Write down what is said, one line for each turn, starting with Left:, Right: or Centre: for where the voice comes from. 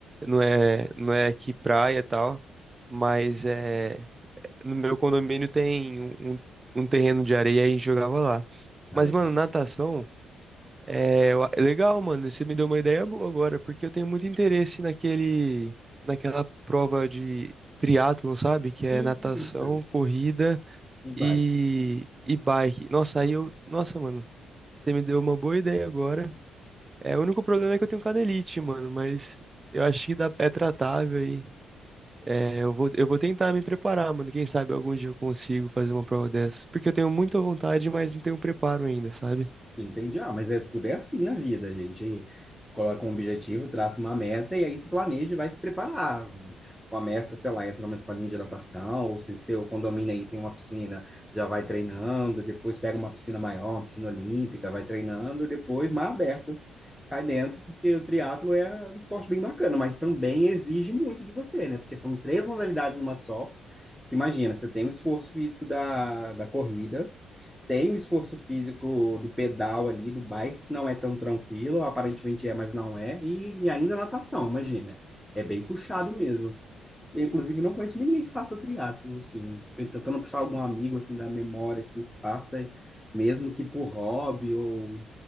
Right: não é, não é aqui praia e tal, mas é, no meu condomínio tem um, um um terreno de areia e a gente jogava lá.
Centre: Ah,
Right: Mas,
Centre: legal.
Right: mano, natação. É, eu legal, mano. Você me deu uma ideia boa agora, porque eu tenho muito interesse naquele, naquela prova de triatlon, sabe? Que é
Centre: Hum,
Right: natação,
Centre: bacana.
Right: corrida
Centre: E
Right: e,
Centre: vai.
Right: e bike. Nossa, aí eu. Nossa, mano, você me deu uma boa ideia agora. É, o único problema é que eu tenho canelite, mano, mas eu acho que dá, é tratável aí. É, eu vou, eu vou tentar me preparar, mano. Quem sabe algum dia eu consigo fazer uma prova dessa. Porque eu tenho muita vontade, mas não tenho preparo ainda, sabe?
Centre: Entendi. Ah, mas é tudo é assim na vida, gente. Aí Coloca um objetivo, traça uma meta e aí se planeja e vai se preparar. Começa, sei lá, entra numa escolinha de natação, ou se seu condomínio aí tem uma piscina, já vai treinando, depois pega uma piscina maior, uma piscina olímpica, vai treinando, depois mar aberto. Cai dentro, porque o triatlo é um esporte bem bacana, mas também exige muito de você, né? Porque são três modalidades numa só. Que imagina, você tem o esforço físico da, da corrida, tem o esforço físico do pedal ali, do bike, que não é tão tranquilo, aparentemente é, mas não é, e, e ainda natação, imagina. É bem puxado mesmo. Eu, inclusive, não conheço ninguém que faça triatlo, assim, tentando puxar algum amigo, assim, da memória, assim, que faça, mesmo que por hobby ou,